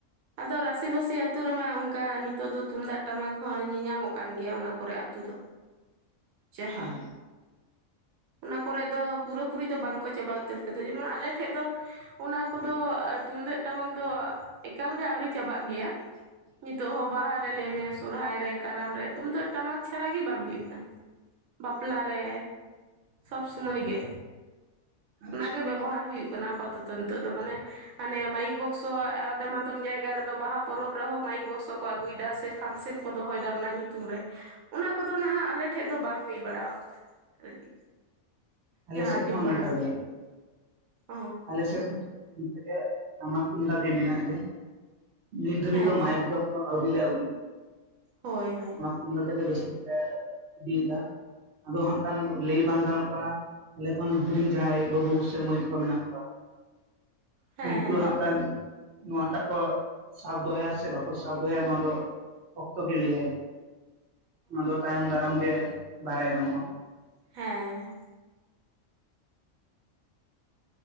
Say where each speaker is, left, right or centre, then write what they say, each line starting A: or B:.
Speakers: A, on the right (about 80°); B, on the right (about 55°).
A: ᱟᱫᱚ ᱨᱟᱥᱤᱵᱟᱹᱥᱤ ᱟᱛᱩ ᱨᱮᱢᱟ ᱚᱱᱠᱟ ᱱᱤᱛᱚᱜ ᱫᱚ ᱛᱩᱢᱫᱟᱜ ᱴᱟᱢᱟᱠ ᱦᱚᱸ ᱧᱮᱞ ᱧᱟᱢᱚᱜ ᱠᱟᱱ ᱜᱮᱭᱟ ᱚᱱᱟ ᱠᱚᱨᱮ ᱟᱛᱩ ᱫᱚ ᱡᱟᱦᱟᱸ
B: ᱦᱮᱸ
A: ᱚᱱᱟ ᱠᱚᱨᱮ ᱫᱚ ᱯᱩᱨᱟᱹᱯᱩᱨᱤ ᱫᱚ ᱵᱟᱝ ᱠᱚ ᱪᱟᱵᱟ ᱩᱛᱟᱹᱨ ᱠᱟᱫᱟ ᱡᱮᱢᱚᱱ ᱟᱞᱮᱴᱷᱮᱡ ᱫᱚ ᱚᱱᱟ ᱠᱚ ᱫᱚ ᱛᱩᱢᱫᱟᱹᱜ ᱴᱟᱢᱟᱠ ᱫᱚ ᱮᱠᱟᱞᱜᱮ ᱟᱹᱣᱨᱤ ᱪᱟᱵᱟᱜ ᱜᱮᱭᱟ ᱱᱤᱛᱚᱜ ᱦᱚᱸ ᱵᱟᱦᱟ ᱨᱮ ᱞᱟᱹᱭᱢᱮ ᱥᱚᱨᱦᱟᱭ ᱨᱮ ᱠᱟᱨᱟᱢ ᱨᱮ ᱛᱩᱢᱫᱟᱹᱜ ᱴᱟᱢᱟᱠ ᱪᱷᱟᱲᱟ ᱜᱮ ᱵᱟᱝ ᱦᱩᱭᱩᱜ ᱠᱟᱱᱟ ᱵᱟᱯᱞᱟ ᱨᱮ ᱥᱚᱵᱽ ᱥᱚᱢᱚᱭ ᱜᱮ
B: ᱟᱪᱪᱷᱟ
A: ᱚᱱᱟᱜᱮ ᱵᱮᱵᱚᱦᱟᱨ ᱦᱩᱭᱩᱜ ᱠᱟᱱᱟ ᱟᱯᱟᱛᱚᱛᱚ ᱱᱤᱛᱚᱜ ᱫᱚ ᱢᱟᱱᱮ ᱦᱟᱱᱮ ᱢᱟᱭᱤᱠ ᱵᱚᱠᱥᱚ ᱟᱫᱚᱢ ᱟᱫᱚᱢ ᱡᱟᱭᱜᱟ ᱨᱮᱫᱚ ᱵᱟᱦᱟ ᱯᱚᱨᱚᱵᱽ ᱨᱮᱦᱚᱸ ᱢᱟᱭᱤᱠ ᱵᱚᱠᱥᱚ ᱠᱚ ᱟᱹᱜᱩᱭᱮᱫᱟ ᱥᱮ ᱯᱷᱟᱱᱥᱮᱱ ᱠᱚ ᱫᱚᱦᱚᱭᱮᱫᱟ ᱚᱱᱟ ᱧᱩᱛᱩᱢ ᱨᱮ ᱚᱱᱟ ᱠᱚᱫᱚ ᱱᱟᱦᱟᱜ ᱟᱞᱮ ᱴᱷᱮᱡ ᱫᱚ ᱵᱟᱝ ᱦᱩᱭ ᱵᱟᱲᱟ ᱠᱟᱱᱟ ᱟᱨᱠᱤ
B: ᱟᱞᱮ
A: ᱡᱟᱦᱟᱸ
B: ᱥᱮᱫ
A: ᱟᱸᱡᱚᱢ
B: ᱦᱚᱸ
A: ᱵᱟᱲᱟ
B: ᱱᱚᱝᱠᱟ
A: ᱟᱠᱟᱱᱟ
B: ᱜᱮ
A: ᱚᱸ
B: ᱟᱞᱮ ᱥᱮᱫ ᱠᱷᱚᱱ ᱚᱱᱠᱮ <unintelligible> ᱴᱟᱢᱟᱠ ᱛᱩᱢᱫ ᱫᱤᱭᱮ ᱢᱮᱱᱟᱜ ᱜᱮᱭᱟ ᱱᱤᱛ ᱫᱷᱟᱹᱵᱤᱡ
A: ᱦᱮᱸᱛᱚ
B: ᱫᱚ ᱢᱟᱭᱤᱠ ᱫᱚ ᱮᱠᱷᱚᱱᱳ ᱟᱹᱣᱨᱤ ᱞᱮ ᱟᱹᱜᱩᱭᱟ
A: ᱦᱳᱭ ᱦᱳᱭ
B: ᱚᱱᱟ ᱛᱮᱜᱮ ᱨᱟᱹᱥᱠᱟᱹ ᱛᱮᱞᱮ ᱤᱫᱤᱭᱮᱫᱟ ᱟᱫᱚ ᱦᱟᱸᱜ ᱠᱷᱟᱱ ᱞᱟᱹᱭ ᱵᱟᱝ ᱜᱟᱱᱚᱜ ᱠᱟᱱᱟ ᱟᱞᱮ ᱠᱷᱚᱱ ᱦᱩᱰᱤᱧ ᱡᱟᱦᱟᱸᱭ ᱵᱟᱹᱵᱩ ᱥᱮ ᱢᱟᱹᱭ ᱛᱟᱠᱚ ᱢᱮᱱᱟᱜ ᱠᱚᱣᱟ
A: ᱦᱮᱸ
B: ᱩᱱᱠᱩ
A: ᱦᱮᱸ
B: ᱫᱚ ᱦᱟᱸᱜ ᱠᱷᱟᱱ ᱱᱚᱣᱟᱴᱟᱜ ᱠᱚ ᱥᱟᱯ ᱫᱚᱦᱚᱭᱟ ᱥᱮ ᱵᱟᱠᱚ ᱥᱟᱯ ᱫᱚᱦᱚᱭᱟ ᱱᱚᱣᱟ ᱫᱚ ᱵᱷᱠᱛᱚ ᱜᱮ ᱞᱟᱹᱭᱟᱭ ᱚᱱᱟ ᱫᱚ ᱛᱟᱭᱚᱢ ᱫᱟᱨᱟᱢ ᱜᱮ ᱵᱟᱲᱟᱭ ᱧᱟᱢᱚᱜᱼᱟ ᱾
A: ᱦᱮᱸ